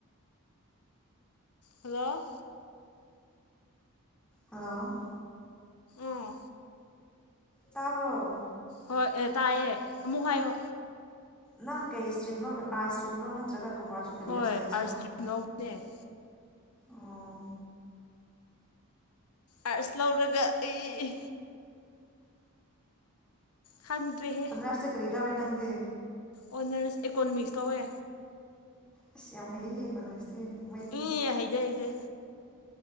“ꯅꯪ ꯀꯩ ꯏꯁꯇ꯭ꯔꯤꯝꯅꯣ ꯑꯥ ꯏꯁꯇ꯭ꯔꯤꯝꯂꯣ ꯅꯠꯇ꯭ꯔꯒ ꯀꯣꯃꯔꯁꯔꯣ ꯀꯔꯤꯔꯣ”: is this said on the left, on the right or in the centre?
Centre